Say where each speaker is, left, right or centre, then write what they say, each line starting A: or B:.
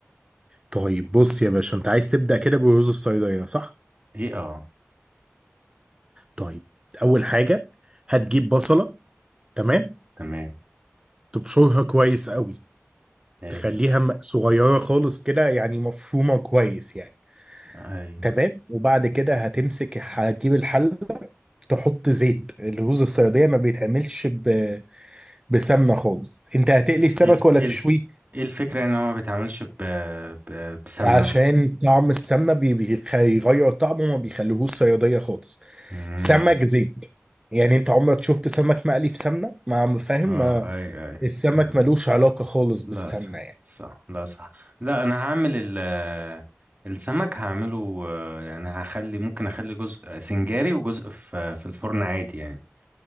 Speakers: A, on the right (about 20°); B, on the right (about 35°).
A: طيب بص يا باشا انت عايز تبدأ كده بالرز الصيدلية صح
B: ايه اه
A: طيب اول حاجة هتجيب بصلة تمام
B: تمام
A: تبشرها كويس قوي
B: ال
A: تخليها م- صغيرة خالص كده يعني مفرومة كويس يعني
B: اي
A: تمام وبعد كده هتمسك هتجيب الحل تحط زيت الرز الصيادية ما بيتعملش ب... بسمنة خالص انت هتقلي السمك
B: إيه الف
A: ولا
B: إيه
A: تشويه
B: الف ايه الفكره يعني ان هو ما بيتعملش ب... ب... بسمنه
A: عشان طعم السمنة بي- بيخ- بيغير طعمه وما بيخليهوش صيادية خالص
B: امم
A: سمك زيت يعني انت عمرك شفت سمك مقلي في سمنة ما فاهم
B: اه
A: ما
B: اي اي
A: السمك
B: لا.
A: ملوش علاقة خالص بالسمنة
B: لا صح
A: يعني
B: صح لا صح لا انا هعمل ال آه، السمك هعمله آه، يعني هخلي ممكن اخلي جزء سنجاري وجزء في في الفرن عادي يعني